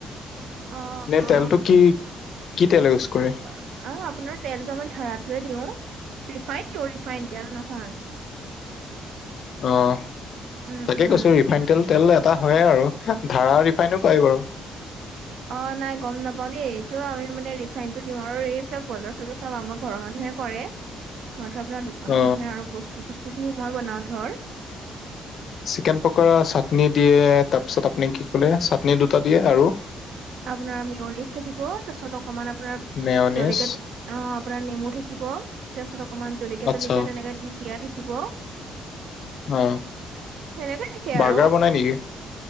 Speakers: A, on the right (about 75°); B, on the left (about 60°).
A: অ অ
B: নে, তেলটো কি কি তেল ইউজ কৰে?
A: অ', অ, আপোনাৰ তেলটো আমি ধাৰটোয়ে দিওঁ, ৰিফাইন দিওঁ ৰিফাইন, তেল নহয়।
B: অ',
A: উম,
B: তাকে
A: উম।
B: কৈছোঁ। ৰিফাইন তেল তেল এটা হয়ে আৰু ধাৰা ৰিফাইন হয় বাৰু!
A: অ', নাই, গম নাপাওঁ দেই। এইটো আমি মানে ৰিফাইন টো দিওঁ আৰু এইবিলাক বজাৰ-চজাৰ চব আমাৰ ঘৰৰ মানুহে কৰে। মই ধৰ আপোনাৰ দোকানখনহে
B: অ
A: আৰু বস্তু-তস্তু খিনি মই বনাও ধৰ।
B: চিকেন পকৰা চাটনি দিয়ে, তাৰপিছত আপুনি কি ক'লে? চাটনি দুটা দিয়ে আৰু?
A: আপোনাৰ মিয়নিচ থাকিব, তাৰপিছত অকমান আপোনাৰ
B: মেয়নিজ
A: জলেকীয়া অ', আপোনাৰ নেমু থাকিব। তাৰ পাছত অকণমান জলকীয়া-তলকীয়া
B: আচ্ছা
A: তেনেকে দিয়া থাকিব।
B: অ
A: হেনেকৈ থাকে
B: বাৰ্গাৰ
A: আৰু।
B: বনাই নেকি